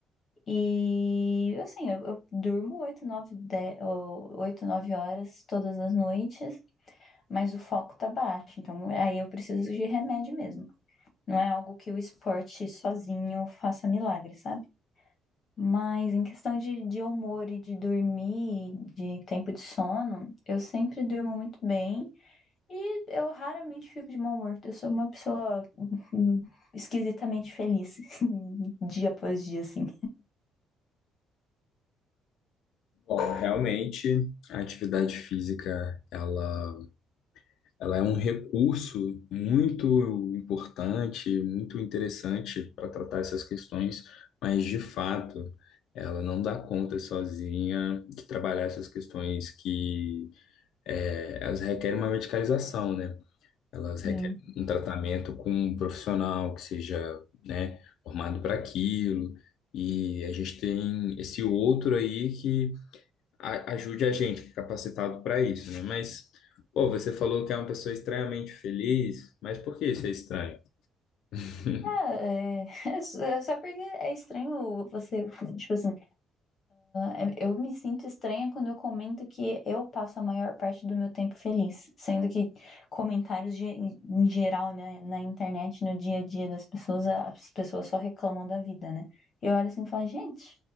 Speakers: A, on the left; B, on the left.
A: E assim, eu, eu durmo 8, 9, 10, 8, 9 horas todas as noites mas o foco tá baixo. Então, aí eu preciso de remédio mesmo. Não é algo que o esporte sozinho faça milagre, sabe? Mas em questão de, de humor e de dormir, de tempo de sono, eu sempre durmo muito bem e eu raramente fico de mau humor. Eu sou uma pessoa hum, esquisitamente feliz, <laughs> dia após dia, assim.
B: Bom, realmente, a atividade física, ela Ela é um recurso muito importante, muito interessante para tratar essas questões, mas de fato, ela não dá conta sozinha de trabalhar essas questões que eh, elas requerem uma medicalização, né? Elas
A: Sim.
B: requerem um tratamento com um profissional que seja, né, formado para aquilo. E a gente tem esse outro aí que a- ajude a gente que é capacitado para isso, né? Mas, pô, você falou que é uma pessoa estranhamente feliz, mas por que isso é estranho? <laughs>
A: Ah, é, <laughs> é só porque é estranho você, tipo assim, É, Eu me sinto estranha quando eu comento que eu passo a maior parte do meu tempo feliz, sendo que comentários ge- em geral, né, na internet, no dia a dia das pessoas, a- as pessoas só reclamam da vida, né? E eu olho assim e falo, gente,